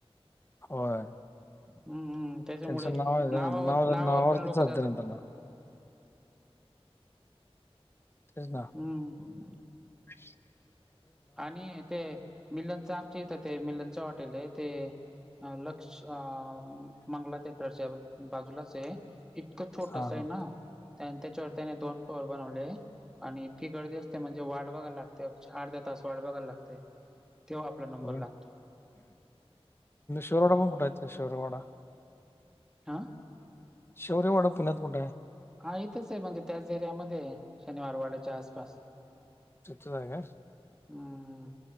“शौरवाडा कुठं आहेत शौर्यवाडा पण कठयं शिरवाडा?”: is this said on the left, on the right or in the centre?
Left